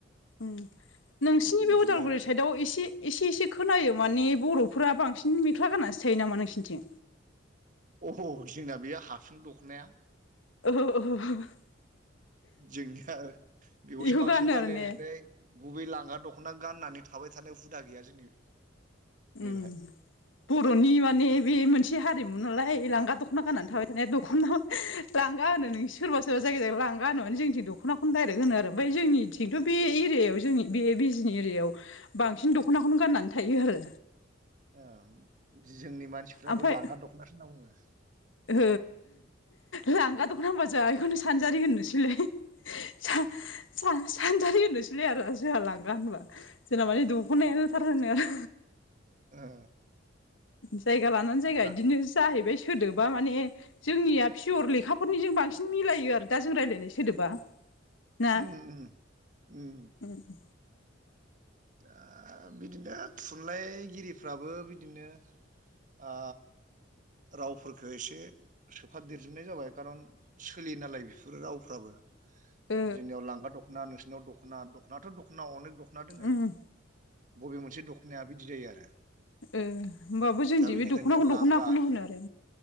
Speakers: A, on the left; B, on the right.
A: उम नोंसिनि
B: बिदिनो
A: बे अदालगुरि साइदआव एसे एसे एसे खोनायो माने बर'फोरा बांसिन मेख्ला गाननासो थायो नामा नोंसोरनिथिं?
B: अह जोंना बे हासुं दख'नाया।
A: <unintelligible>
B: जोंनिया
A: बेखौ
B: बेखौसो बांसिन गानो
A: आरो ने
B: ओमफ्राय गुबै लांगा दखना गाननानै थाबाय थानाय हुदा गैया जोंनि नैबेहाय
A: उम बर'नि माने बे मोनसे हारिमु नालाय बे लांगा दखना गाननानै थाबाय थानाया दखना लांगा होनो नों सोरबा सोरबा जायगायाव लांगा होनोब जोंथिं दख नाखौनो डाइरेक्ट होनो आरो ओमफाय जोंनिथिं थ बे एरियायाव जों बे बिजनि एरियाव बांसिन दखना खौनो गाननानै थायो आरो
B: औ जोंनि मानसिफ्राबो
A: ओमफ्राय
B: लांगा दखनासो होनना बुङो
A: ओ लांगा दखना होनबा जा इखौनो सानजारि होननोसैलाय सान सान सानजारि होनोसैलाय आरो जोहा लांगा‌ होनबा जोंना मानि दखनायानोथार होनो आरो
B: ओ
A: जायगा लानानै जायगा
B: ला
A: इदिनो जाहैबाय सोदो बा माने जोंनिया पियर लेखाफोरनिजों बांसिन मिलायो आरो दा जों रायलायनाय सोदोबा ना
B: उम उम उम
A: ओ
B: आ बिदिनो थुनलाइगिरिफ्राबो बिदिनो ओ रावफोरफोरखौ एसे सोफादेरजोबनाय जाबाय खारन सोलियो नालाय बेफोरो रावफ्राबो
A: ओ
B: जोंनियाव लांगा दखना नोंसिनियाव दखना दखनाथ दखना अनेक दखना दोङो
A: ओ
B: बबे मोनसे दखनाया बिदि जायो आरो
A: ओह होमबाबो जोंदि
B: दा बेनिखायनो
A: बे दखनाखौनो
B: लांगा
A: दखनाखौनो होनो आरो